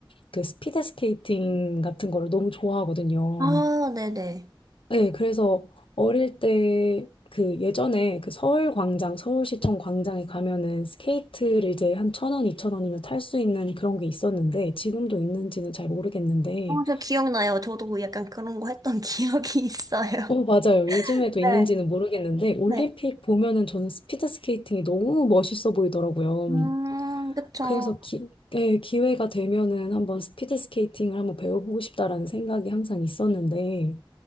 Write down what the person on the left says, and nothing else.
그 스피드 스케이팅 같은 거를 너무 좋아하거든요.
네, 그래서 어릴 때 그 예전에 그 서울 광장, 서울시청 광장에 가면은 스케이트를 이제 한 천 원, 이천 원이면 탈 수 있는 그런 게 있었는데 지금도 있는지는 잘 모르겠는데
어, 맞아요. 요즘에도
있는지는 모르겠는데, 올림픽
보면은 저는 스피드 스케이팅이 너무 멋있어 보이더라고요.
그래서 기, 예, 기회가 되면은 한번 스피드 스케이팅을 한번 배워보고 싶다라는 생각이 항상 있었는데,